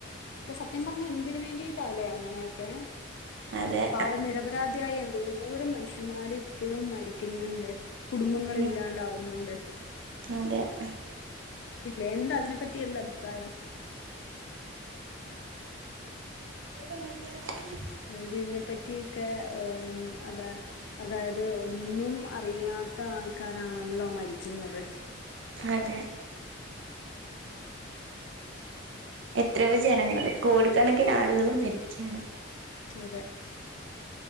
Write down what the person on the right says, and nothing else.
അതെ
ഉം അതെ ഉം
ഇവിടെ മുരിങ്ങേലക്കറിം
അതെ എത്രയോ ജനങ്ങള് കോടിക്കണക്കിന് ആളുകള് മരിക്കയാണ്